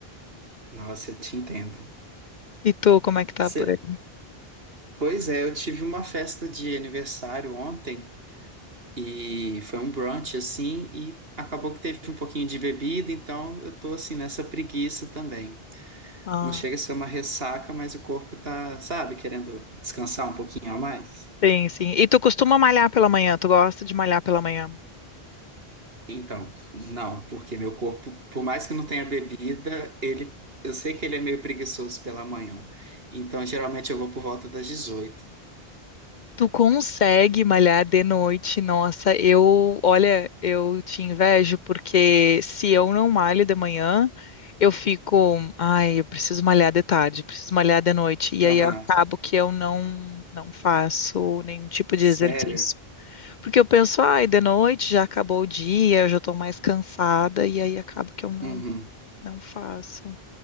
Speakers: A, on the right (about 70°); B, on the left (about 55°).
A: Nossa, eu te entendo.
B: E tu, como é que tá
A: Cê-
B: por aí?
A: Pois é, eu tive uma festa de aniversário ontem e foi um brunch assim e acabou que teve um pouquinho de bebida, então eu tô assim nessa preguiça também.
B: Ah,
A: Não chega a ser uma ressaca, mas o corpo tá, sabe, querendo descansar um pouquinho a mais.
B: sim, sim. E tu costuma malhar pela manhã? Tu gosta de malhar pela manhã?
A: Então, não, porque meu corpo, por mais que não tenha bebida, ele, eu sei que ele é meio preguiçoso pela manhã. Então, geralmente eu vou por volta das 18.
B: Tu consegue malhar de noite? Nossa, eu, olha, eu te invejo porque se eu não malho de manhã, eu fico, ai, eu preciso malhar de tarde, preciso malhar de noite, e
A: Aham,
B: aí acabo que eu não não faço nenhum tipo de
A: sério?
B: exercício. Porque eu penso, ai, de noite já acabou o dia, eu já tô mais cansada e aí acabo que eu não
A: Uhum.
B: não faço.